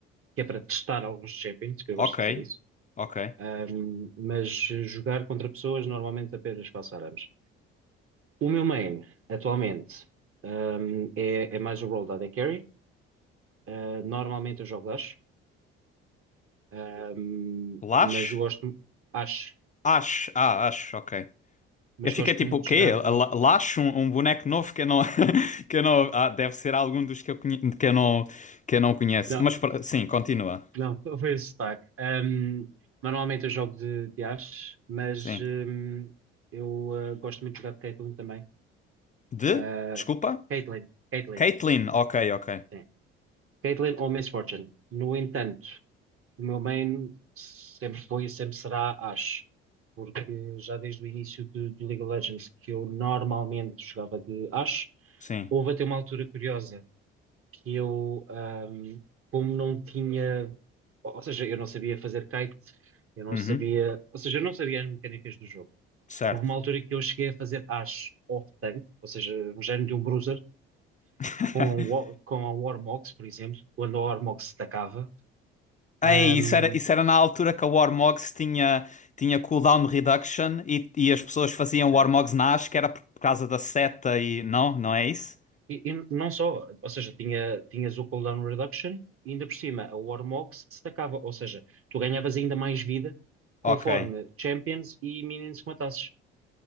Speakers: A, on the right; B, on the left.
A: que é para testar alguns champions, que eu gosto
B: Ok,
A: de fazer isso.
B: ok.
A: Um, mas jogar contra pessoas normalmente apenas faço ARAMs. O meu main, atualmente, um, é, é mais o role da AD Carry. Uh, normalmente eu jogo Dash, um,
B: Lash?
A: mas eu gosto, acho.
B: Ash, ah, Ash, ok.
A: mas
B: Eu fiquei
A: gosto
B: tipo,
A: muito
B: o
A: de
B: quê?
A: jogar
B: A
A: de.
B: La- Lash, um, um boneco novo que eu não, <laughs> que eu não, ah, deve ser algum dos que eu, conhe- que eu não, que eu não conheço.
A: Não,
B: Mas pra- sim, continua.
A: não, <laughs> foi o sotaque. Um, normalmente eu jogo de, de Ashe, mas
B: Sim.
A: um, eu uh, gosto muito de jogar de Caitlyn também.
B: De?
A: Uh,
B: Desculpa?
A: Caitlyn, Caitlyn,
B: Caitlyn, ok, ok.
A: sim. Caitlyn ou Miss Fortune. No entanto, o meu main sempre foi e sempre será Ashe, porque já desde o início do, do League of Legends que eu normalmente jogava de Ashe,
B: Sim.
A: houve até uma altura curiosa. que eu, ahm, como não tinha, ou ou seja, eu não sabia fazer kite, eu não
B: Uhum.
A: sabia, ou seja, eu não sabia as mecânicas do jogo.
B: Certo.
A: Houve uma altura que eu cheguei a fazer acho off-tank, ou seja, um género de um bruiser,
B: <laughs>
A: com, wa- com a Warmogs, por exemplo, quando a Warmogs se tacava. Ahm,
B: Ei, isso era, isso era na altura que a Warmogs tinha, tinha cooldown reduction e, e as pessoas faziam Warmogs
A: sim.
B: na Ash, que era por por causa da seta e... Não? Não é isso?
A: e, e não só, ou seja, tinha, tinhas o cooldown reduction, e ainda por cima a Warmogs se tacava, ou seja, tu ganhavas ainda mais vida conforme
B: Ok.
A: champions e minions que matasses.